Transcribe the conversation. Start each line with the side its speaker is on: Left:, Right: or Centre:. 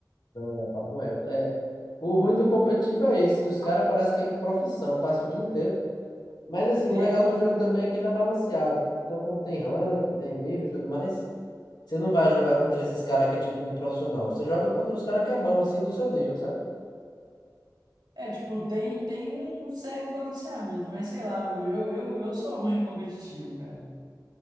Left: Não, é papo reto. É, o ruim do competitivo é esse, que os caras parece que é profissão, passa o dia inteiro. Mas assim,
Right: É,
Left: o legal
Right: não.
Left: do jogo também é que ele é balanceado. Então, como tem rank, tem nível e tudo mais, você não vai jogar contra esses caras que é tipo muito profissional. Você joga contra os caras que é bom, assim, no seu nível, sabe?
Right: É, tipo, tem, tem um, um certo balanceamento, mas sei lá, mano, eu, eu, eu sou ruim de competitivo, cara.